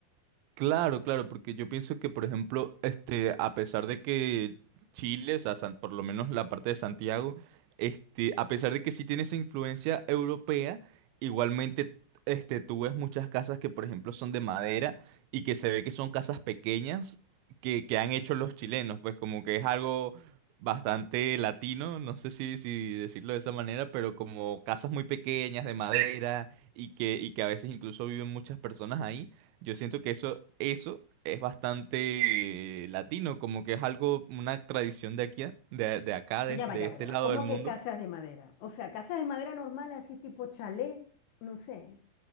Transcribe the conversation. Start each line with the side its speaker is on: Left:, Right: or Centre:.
Right: Claro, claro, porque yo pienso que, por ejemplo, este, a pesar de que Chile, o sea, San- por lo menos la parte de Santiago, este, a pesar de que sí tiene esa influencia europea, igualmente, este, tú ves muchas casas que, por ejemplo, son de madera y que se ve que son casas pequeñas que, que han hecho los chilenos, pues como que es algo bastante latino, no sé si, si decirlo de esa manera, pero como casas muy pequeñas de madera y que, y que a veces incluso viven muchas personas ahí. Yo siento que eso, eso es bastante eh, latino, como que es algo, una tradición de aquí, de, de acá,
Left: Pero
Right: de,
Left: ya va,
Right: de
Left: ya
Right: este
Left: va, ya va.
Right: lado
Left: ¿Cómo
Right: del mundo,
Left: que casas de madera? O sea, casas de madera normal, así tipo chalet, no sé.